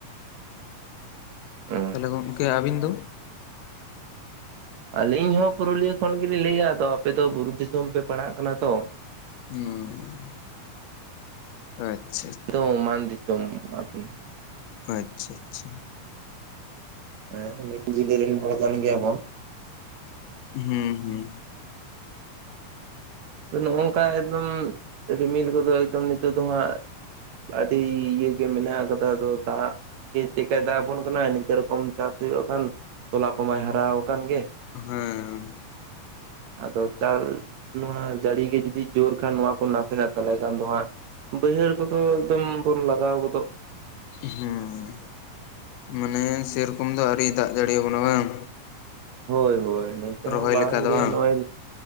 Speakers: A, on the right; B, on the left.
A: ᱚ <inaudible>
B: ᱛᱟᱞᱦᱮ ᱜᱚᱢᱠᱮ ᱟᱹᱵᱤᱱ ᱫᱚ?
A: ᱟᱞᱤᱧ ᱦᱚᱸ ᱯᱩᱨᱩᱞᱤᱭᱟᱹ ᱠᱷᱚᱱ ᱜᱮᱞᱤᱧ ᱞᱟᱹᱭᱮᱫᱭᱟ ᱟᱫᱚ ᱟᱯᱮᱫᱚ ᱵᱩᱨᱩ ᱫᱤᱥᱚᱢ ᱯᱮ ᱯᱟᱲᱦᱟᱜ ᱠᱟᱱᱟ ᱛᱚ᱾
B: ᱦᱸ ᱟᱪᱪᱷᱟᱼᱼ
A: ᱛᱚ ᱢᱟᱱᱫᱤᱥᱚᱢ ᱟᱨᱠᱤ᱾
B: ᱟᱪᱪᱷᱟ ᱟᱪᱪᱷᱟ ᱾
A: ᱦᱮᱸ ᱢᱤᱫ ᱡᱤᱞᱟᱹ ᱨᱤᱱ ᱦᱚᱲ ᱠᱟᱱ ᱜᱮᱭᱟᱵᱚ ᱾
B: ᱦᱩᱸ ᱦᱩᱸ
A: ᱱᱚᱜᱼᱚᱭ ᱱᱚᱝᱠᱟ ᱮᱠᱫᱚᱢ ᱨᱤᱢᱤᱞ ᱠᱚᱫᱚ ᱮᱠᱫᱚᱢ ᱱᱤᱛᱚᱜ ᱫᱚᱦᱟᱸᱜᱼᱼ ᱟᱹᱰᱤ ᱤᱭᱟᱹ ᱜᱮ ᱢᱮᱱᱟᱜ ᱠᱟᱫᱟ ᱟᱫᱚ ᱫᱟᱜᱼᱼ ᱪᱮᱫ ᱪᱮᱠᱟᱹᱭ ᱫᱟᱜ ᱟᱵᱚ ᱠᱟᱱᱟ ᱱᱤᱝᱠᱟᱹ ᱨᱮ ᱠᱚᱢ ᱪᱟᱥ ᱦᱩᱭᱩᱜ ᱵᱟᱠᱷᱟᱱ ᱾ ᱛᱚᱞᱟ ᱠᱚᱢᱟᱭ ᱦᱟᱨᱟᱣ ᱟᱠᱟᱱ ᱜᱮ ᱾
B: ᱦᱮᱸ
A: ᱟᱫᱚ ᱫᱟᱜ ᱱᱚᱣᱟᱼᱼ ᱡᱟᱹᱲᱤ ᱜᱮ ᱡᱩᱫᱤ ᱡᱳᱨ ᱠᱷᱟᱱ ᱱᱚᱣᱟ ᱠᱚ ᱱᱟᱥᱮᱱᱟᱜ ᱛᱟᱞᱦᱮ ᱠᱷᱟᱱ ᱫᱚ ᱦᱟᱸᱜᱼᱼ ᱵᱟᱹᱭᱦᱟᱹᱲ ᱠᱚᱫᱚ ᱮᱠᱫᱚᱢ ᱵᱚᱱ ᱞᱟᱜᱟᱣ ᱜᱚᱫᱚᱜᱼᱼ
B: ᱦᱩᱸ, ᱢᱟᱱᱮ ᱥᱮᱨᱚᱠᱚᱢ ᱫᱚ ᱟᱹᱣᱨᱤᱭ ᱫᱟᱜ ᱡᱟᱲᱤᱭᱟ ᱵᱚᱱᱟ ᱵᱟᱝ?
A: ᱦᱳᱭ ᱦᱳᱭ ᱱᱚᱛᱮ
B: ᱨᱚᱦᱚᱭ
A: ᱦᱚᱸ ᱵᱟᱝᱜᱮ
B: ᱞᱮᱠᱟ ᱫᱚ ᱵᱟᱝ?
A: ᱱᱚᱜᱼᱚᱭ,